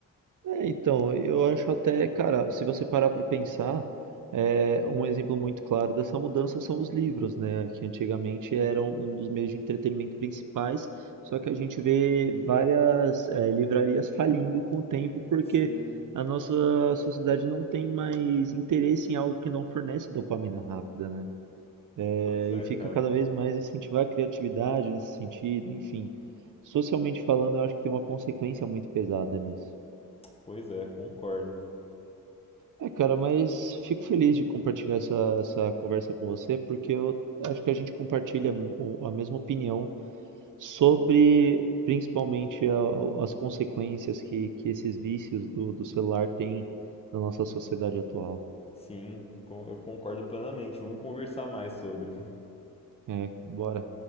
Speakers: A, on the right (about 65°); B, on the left (about 15°).
A: É, então, eu acho até, cara, se você parar para pensar, é, um exemplo muito claro dessa mudança são os livros, né? Que antigamente eram um dos meios de entretenimento principais, só que a gente vê várias, é, livrarias falindo com o tempo porque
B: Sim,
A: a nossa sociedade não tem mais interesse em algo que não fornece dopamina rápida, né? É,
B: pois é,
A: e fica
B: cara.
A: cada vez mais incentivar a criatividade nesse sentido, enfim. Socialmente falando, eu acho que tem uma consequência muito pesada nisso.
B: Pois é, concordo.
A: É, cara, mas fico feliz de compartilhar essa, essa conversa com você, porque eu acho que a gente compartilha o- a mesma opinião sobre, principalmente, a- as consequências que, que esses vícios do, do celular têm na nossa sociedade atual.
B: Sim, con- eu concordo plenamente. Vamos conversar mais sobre.
A: É, bora.